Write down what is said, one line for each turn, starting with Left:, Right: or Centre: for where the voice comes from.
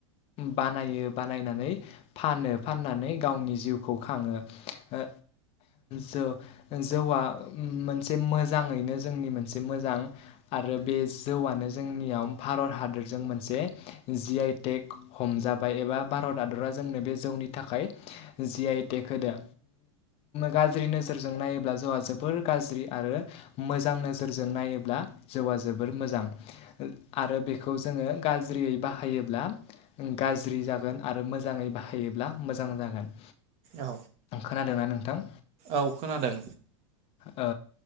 Left: बानायो बानायनानै फानो फाननानै गावनि जिउखौ खाङो ओ जौ जौआ मोनसे मोजाङैनो जोंनि मोनसे मोजां। आरो बे जौआनो जोंनियाव भारत हादरजों मोनसे जि आइ टेक हमजाबाय एबा भारत हादरा जोंनो बे जौनि थाखाय जि आइ टेक होदो गाज्रि नोजोरजों नायोब्ला जौआ जोबोर गाज्रि आरो मोजां नोजोरजों नायोब्ला। जौआ जोबोर मोजां आरो बेखौ जोङो गाज्रियै बाहायोब्ला। गाज्रि जागोन आरो मोजाङै बाहायोब्ला मोजां जागोन
Right: औ
Left: खोनादों ना नोंथां।
Right: औ खोनादों।
Left: ओ